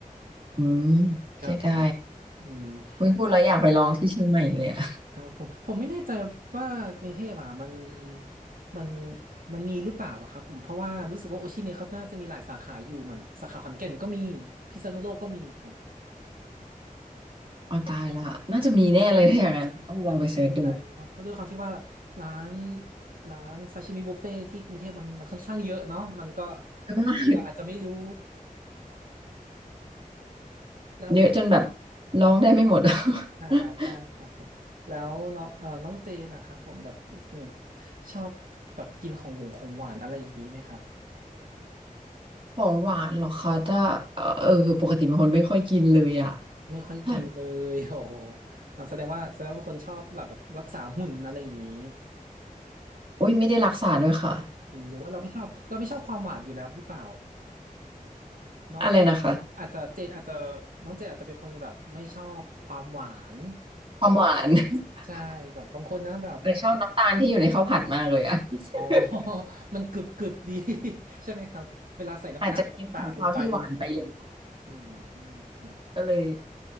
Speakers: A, on the right; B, on the right.
A: อืม
B: ครับผม
A: เจ๊ได้
B: อืม
A: ไม่พูดแล้วอยากไปลองที่เชียงใหม่เลยอะ
B: ่ครับผมผมไม่แน่ใจว่ากรุงเทพอ่ะมันมันมันมีหรือเปล่าอะครับผมเพราะว่ารู้สึกว่าโอชิเนี่ยเขาน่าจะมีหลายสาขาอยู่เหมือนสาขาขอนแก่นก็มีพิษณุโลกก็มีครับ
A: <laughs> อ๋อตายละน่าจะมีแน่เลยถ้าอย่างนั้นต้องลองไปเสิร์ชดู
B: อืมแต่ไม่แน่ใจเนาะเพราะด้วยความที่ว่าร้านร้านซาชิมิบุฟเฟ่ที่กรุงเทพมันมันค่อนข้างเยอะเนาะมันก็
A: เยอะมาก
B: บางทีเราอาจจะไม่รู้แล้ว
A: เยอะจนแบบลองได้ไม่หมด
B: อ่าใช่ครับผมแล้วเนาะเอ่อน้องเจนนะครับผมแบบหนึ่ง
A: <laughs>
B: ชอบแบบกินของหวงของหวานอะไรอย่างนี้ไหมครับ
A: ของหวานเหรอคะถ้าเออเออปกติเป็นคนไม่ค่อยกินเลยอะ
B: ไม่ค่อยกินเลย
A: แบบ
B: <laughs> โอ้โหแสดงว่าแสดงว่าเป็นคนชอบแบบแบบรักษาหุ่นอะไรอย่างนี้
A: โอ้ยไม่ได้รักษาด้วยค่ะ
B: อืมหรือว่าเราไม่ชอบเราไม่ชอบความหวานอยู่แล้วหรือเปล่าเนาะ
A: อะไรนะคะ
B: อาจจะเจนอาจจะน้องเจนอาจจะเป็นคนแบบไม่ชอบความหวาน
A: ความหวาน <laughs>
B: ใช่แบบบางคนนะแบบ
A: เลยชอบน้ำตาลที่อยู่ในข้าวผัดมากเลยอะ <laughs>
B: อ๋อ <laughs> มันกรึบกรึบดี <laughs> ใช่ไหมครับเวลาใส่น้ำตาลแบบสาดลงไปอะไรอย่างนี้
A: อาจจะกินของเขาที่หวานไปเลย
B: อืมอืมครับ
A: <laughs> ก็เลย